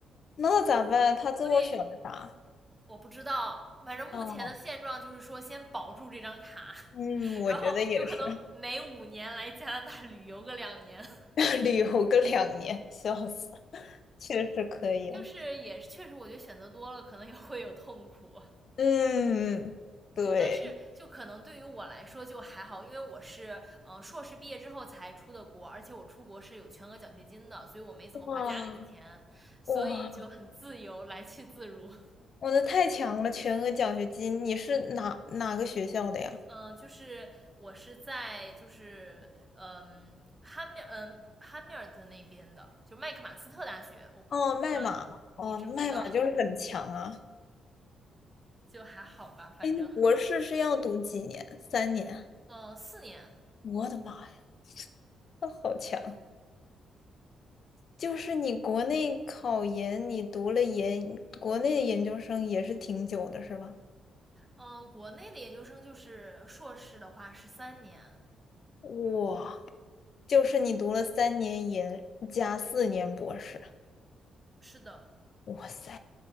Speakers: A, on the left; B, on the right.
A: 那咋办？他最后选的啥？
B: 所以我不知道，反正目前的现状就是说先保住这张卡，
A: 哦嗯，我觉得也是，
B: 然后有可能每五年来加拿大旅游个两年，
A: <laughs> 旅游个两年，笑死了确实可以啊。
B: 就是也确实我觉得选择多了可能也会有痛苦。
A: 嗯，对，
B: 就但是就可能对于我来说就还好，因为我是嗯、呃、硕士毕业之后才出的国，而且我出国是有全额奖学金的，所以我没怎么花家里的钱，
A: 哇，
B: 所以就很自由，
A: 哇，
B: 来去自如。
A: 我的太强了，全额奖学金，你是哪哪个学校的呀？
B: 嗯、就是我是在就是嗯汉密尔嗯汉密尔顿那边的，就麦克马斯特大学，我不知道你你知不知道，
A: 哦，麦马，哦，麦马就是很强啊。
B: 就还好吧，反正
A: 哎，那博士是要读几年？三年？
B: 嗯四年，
A: 我的妈呀，那好强！就是你国内考研，你读了研，国内的研究生也是挺久的，是吧？
B: 嗯国内的研究生就是硕士的话是三年，
A: 哇，就是你读了三年研加四年博士，
B: 是的，
A: 哇塞，